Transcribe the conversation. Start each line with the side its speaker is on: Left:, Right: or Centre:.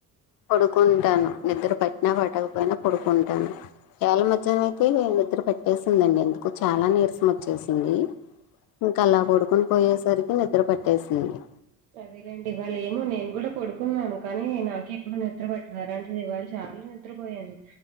Left: పడుకుంటాను నిద్ర పట్టినా పట్టకపోయినా పడుకుంటాను వేళ మధ్యాయనంకి నిద్ర పట్టేసిందండి ఎందుకో చాలా నీరసం వచ్చేసింది ఇంకా అలా పడుకుని పోయేసరికి నిద్ర పట్టేసింది
Right: అదేలేండి వాళ్ళ ఏమో నేను కూడా పడుకున్నాను కానీ నాకు ఎప్పుడు నిద్ర పట్ట అలాంటిది ఇవాళ చాలా నిద్రపోయాను